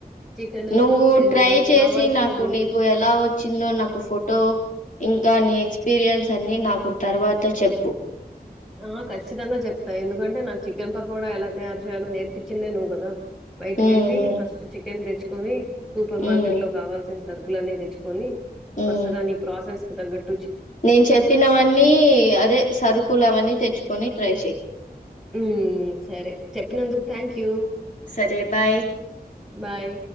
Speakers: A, in the centre; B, on the left.
A: చికెను
B: నువ్వు
A: అండ్
B: ట్రై
A: దానికి
B: చేసి
A: కావాల్సినవన్నీ
B: నాకు నీకు ఎలా వచ్చిందో నాకు ఫోటో ఇం కా నీ ఎక్స్పీరియన్స్ అన్ని నాకు తర్వాత చెప్పు
A: ఆ! ఖచ్చితంగా చెప్తా. ఎందుకంటే, నాకు చికెన్ పకోడా ఎలా తయారు చేయాలో నేర్పించిందే నువ్వు కదా బైట్
B: హ్మ్.
A: కెల్లి
B: హ్మ్.
A: ఫస్ట్ చికెన్ తెచ్చు <unintelligible> సూపర్
B: హ్మ్.
A: మార్కెట్ లో కావాల్సిన సరుకులున్నీ తెచ్చుకొని వరుసగా
B: హ్మ్.
A: నీ ప్రాసెస్ దగత్
B: నేను చెప్పినవన్నీ అదే సరుకులు అవన్నీ తెచ్చుకొని ట్రై చేయ్
A: మ్మ్ సరే చెప్పినందుకు థ్యాంక్ యూ
B: సరే బాయ్
A: బాయ్